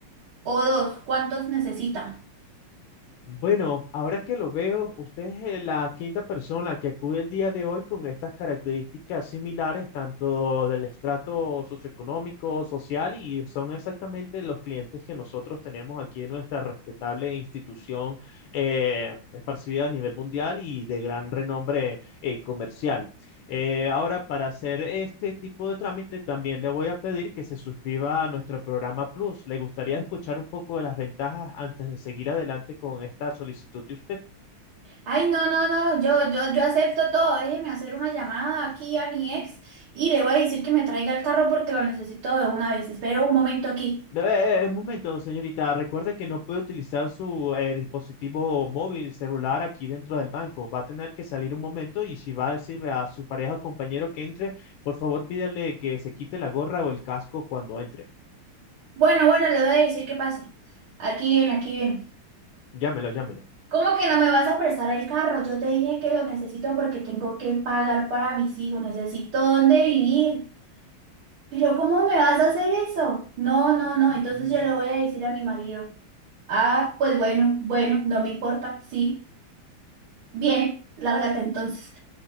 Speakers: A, on the right (about 80°); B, on the left (about 75°).
A: o dos, ¿cuántos necesita?
B: Bueno, ahora que lo veo, usted es eh, la quinta persona que acude el día de hoy con estas características similares, tanto del estrato socioeconómico, social, y son exactamente los clientes que nosotros tenemos aquí en nuestra respetable institución eh, esparcida a nivel mundial y de gran renombre eh, comercial. Eh, ahora, para hacer este tipo de trámite, también le voy a pedir que se suscriba a nuestro programa Plus. ¿Le gustaría escuchar un poco de las ventajas antes de seguir adelante con esta solicitud de usted?
A: Ay, no, no, no, yo, yo, yo acepto todo. Déjeme hacer una llamada aquí a mi ex y le voy a decir que me traiga el carro porque lo necesito de una vez. Espero un momento aquí.
B: No, eh, eh, un momento, señorita. Recuerde que no puede utilizar su eh, dispositivo móvil, celular aquí dentro del banco. Va a tener que salir un momento y si va a decirle a su pareja o compañero que entre, por favor, pídale que se quite la gorra o el casco cuando entre.
A: Bueno, bueno, le voy a decir que pase. Aquí viene, aquí viene.
B: Llámelo, llámelo.
A: ¿Cómo que no me vas a prestar el carro? Yo te dije que lo necesito porque tengo que pagar para mis hijos, necesito dónde vivir. Pero ¿cómo me vas a hacer eso? No, no,
B: <laughs>
A: no, entonces yo le voy a decir a mi marido. Ah, pues bueno, bueno, no me importa, sí. Bien, lárgate entonces.